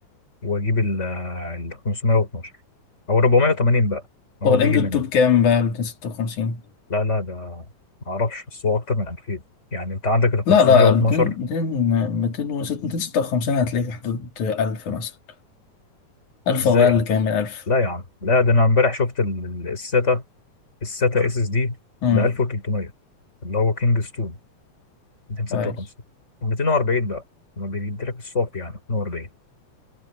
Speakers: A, on the left; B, on the left.
A: واجيب ال ال 512 او 480 بقى هو
B: هو الام
A: بيجي
B: دي
A: منه
B: التوب كام بقى 256
A: لا لا ده ما اعرفش بس هو اكتر من 2000 يعني انت عندك ال 512
B: لا لا 200 200 206 256 هتلاقيه في حدود 1000 مثلا 1000
A: ازاي
B: او اقل
A: قل
B: كمان من 1000
A: لا يا عم لا ده انا امبارح شفت ال- ال- الساتا الساتا اس اس دي
B: امم
A: ب 1300 اللي هو كينج ستون 256
B: كويس
A: 240 بقى ما بيديلك الصوت يعني 240